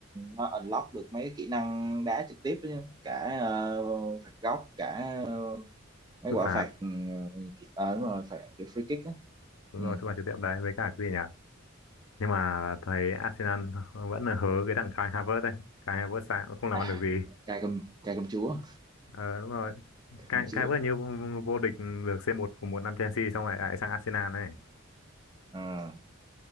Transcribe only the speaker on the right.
nó unlock được mấy kỹ năng đá trực tiếp đó nhá. Cả ờ, phạt góc, cả ờ, mấy
quả
phạt ừ, ờ đúng rồi, phạt kiểu free kick á.
Ừ.
À,
cai cầm cai cầm chúa,
cai
cầm chúa.
Ờ.